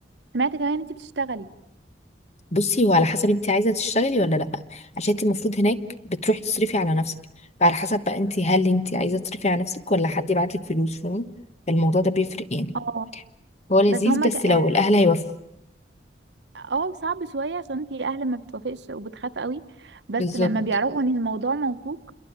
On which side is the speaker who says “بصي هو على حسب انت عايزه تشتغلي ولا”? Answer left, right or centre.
Left